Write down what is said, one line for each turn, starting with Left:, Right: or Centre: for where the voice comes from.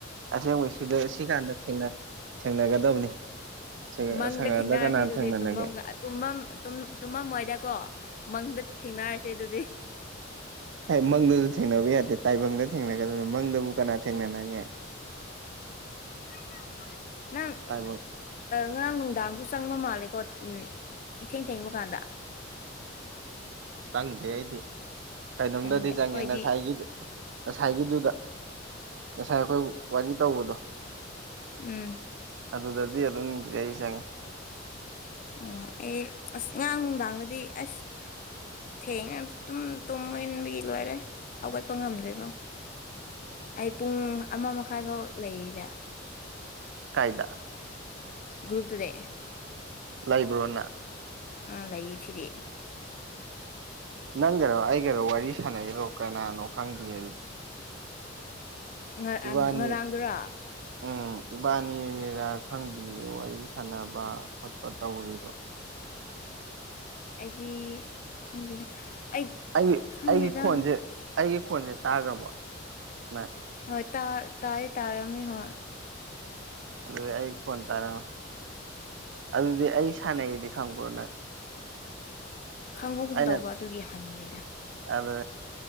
Right: ꯑꯁꯦꯡꯕ ꯁꯤꯗ ꯁꯤ ꯀꯥꯟꯗ ꯊꯦꯡꯅꯒꯗꯕꯅꯤ꯫ ꯁꯤ
Left: ꯃꯪꯗ
Right: ꯁꯒꯗ
Left: ꯊꯦꯡꯅꯔꯁꯦ
Right: ꯀꯅꯥꯟ
Left: ꯑꯗꯨꯗꯤ
Right: ꯊꯦꯡꯅꯅꯦꯒ‌ꯦ꯫
Left: ꯇꯨꯝꯃꯝ ꯇꯨꯝꯃꯝ ꯇꯨꯝꯃꯝꯋꯥꯏꯗꯀꯣ ꯃꯪꯗ ꯊꯦꯡꯅꯔꯁꯦ ꯑꯗꯨꯗꯤ꯫
Right: ꯍꯥꯏ ꯃꯪꯗꯁꯨ ꯊꯦꯡꯅꯕ ꯌꯥꯗꯦ ꯇꯥꯏꯕꯪꯗ ꯊꯦꯡꯅꯒꯗꯣꯏꯅꯤ ꯃꯪꯗꯕꯨ ꯀꯅꯥ ꯊꯦꯡꯅꯅꯒꯦ꯫
Left: <inaudible> ꯅꯪ
Right: ꯇꯥꯏꯕꯪ
Left: ꯉꯔꯥꯡ ꯅꯨꯡꯗꯥꯡꯁꯨ ꯆꯪꯕ ꯃꯥꯜꯂꯦꯀꯣ ꯏꯊꯦꯡ ꯊꯦꯡꯕ ꯀꯥꯟꯗ꯫
Right: ꯆꯪꯗꯦ ꯑꯩꯗꯤ ꯀꯩꯅꯣꯝꯗꯗꯤ
Left: ꯆꯪꯗꯦ ꯑꯩꯈꯣꯏꯗꯤ
Right: ꯆꯪꯉꯦ ꯉꯁꯥꯏꯒꯤ꯫ ꯉꯁꯥꯏꯒꯤꯗꯨꯗ ꯉꯁꯥꯏ ꯑꯈꯣꯏ ꯋꯥꯔꯤ ꯇꯧꯕꯗꯣ꯫
Left: ꯎꯝ꯫
Right: ꯑꯗꯨꯗꯗꯤ ꯑꯗꯨꯝ ꯑꯩ ꯆꯪꯉꯤ꯫
Left: ꯑꯣ ꯑꯩ ꯑꯁ ꯉꯔꯥꯡ ꯅꯨꯡꯗꯥꯡꯗꯗꯤ ꯑꯁ꯫ ꯊꯦꯡꯅ ꯑꯗꯨꯝ ꯇꯨꯝꯕ ꯏꯟꯕꯒꯤ ꯂꯣꯏꯔꯦ ꯍꯧꯒꯠꯄ ꯉꯝꯗ꯭ꯔꯦꯕ ꯑꯩ ꯄꯨꯡ ꯑꯃ ꯃꯈꯥꯏ ꯐꯥꯎ ꯂꯩꯔꯤꯔ꯫
Right: ꯀꯥꯏꯗ꯫
Left: ꯭ꯒ꯭ꯔꯨꯞꯇꯨꯗꯩ꯫
Right: ꯂꯩꯕ꯭ꯔꯣꯅ꯫
Left: ꯑ ꯂꯩꯌ‌ꯦ ꯁꯤꯗꯤ꯫
Right: ꯅꯪꯒꯔꯣ ꯑꯩꯒꯔꯣ ꯋꯥꯔꯤ ꯁꯥꯟꯅꯩꯔꯣ ꯀꯅꯥꯅꯣ ꯈꯪꯗꯦ ꯑꯗꯨ꯫
Left: ꯉꯥ
Right: ꯏꯕꯥꯅꯤ
Left: ꯑ ꯉꯔꯥꯡꯗꯨꯔꯣ꯫
Right: ꯎꯝ ꯏꯕꯥꯅꯤꯔꯥ ꯈꯪꯗ꯭ꯔ ꯋꯥꯔꯤ ꯁꯥꯟꯅꯕ ꯈꯣꯠꯄ ꯇꯧꯔꯤꯗꯣ꯫
Left: ꯑꯩꯗꯤ ꯈꯪꯗ‌ꯦꯗ ꯑꯩ꯫
Right: ꯑꯩ
Left: ꯈꯪꯗꯦꯗ
Right: ꯑꯩꯒꯤ ꯈꯣꯟꯁꯦ ꯑꯩꯒꯤ ꯈꯣꯟꯁꯦ ꯇꯥꯒ꯭ꯔꯥꯕꫭ ꯅ꯫
Left: ꯍꯣꯏ ꯇꯥꯏ ꯇꯥꯔꯝꯃꯤ ꯍꯣꯏ꯫
Right: ꯑꯗꯨꯗꯤ ꯑꯩ ꯐꯣꯟ ꯇꯥꯔꯛꯑꫭ꯫ ꯑꯗꯨꯗꯤ ꯑꯩ ꯁꯥꯟꯅꯩꯌ‌ꯦꯗꯤ ꯈꯪꯕ꯭ꯔꫭ ꯅꯪ꯫
Left: ꯈꯪꯕꯒꯨꯝ
Right: ꯑꯩꯅ
Left: ꯇꯧꯕ ꯑꯗꯨꯒꯤ ꯍꯪꯕꯅꯤꯗ꯫
Right: ꯑꯗꯨ